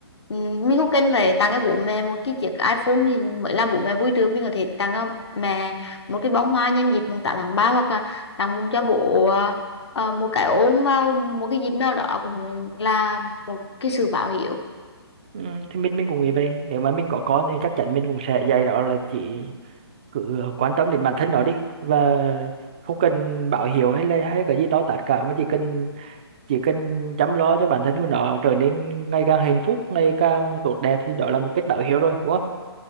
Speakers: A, on the left; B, on the right.
A: Ừ, mình cũng cần phải tặng cho bố mẹ một cái chiếc iPhone thì mới làm bố mẹ vui được mình có thể tặng cho mẹ một cái bông hoa nhân dịp mùng 8 tháng ba hoặc là tặng cho bố ờ, ờ, một cái ôm vào một cái dịp nào đó cũng là một cái sự báo hiếu
B: ừ, thì mình mình cũng nghĩ vậy nếu mà mình có con thì chắc chắn mình cũng sẽ dạy nó là chỉ cứ ờ, quan tâm đến bản thân nó đi và không cần báo hiếu hay là hay là cái gì to tát cả mà chỉ cần chỉ cần chăm lo cho bản thân của nó trở nên ngày càng hạnh phúc ngày càng tốt đẹp thì đó là một cách báo hiếu rồi đúng không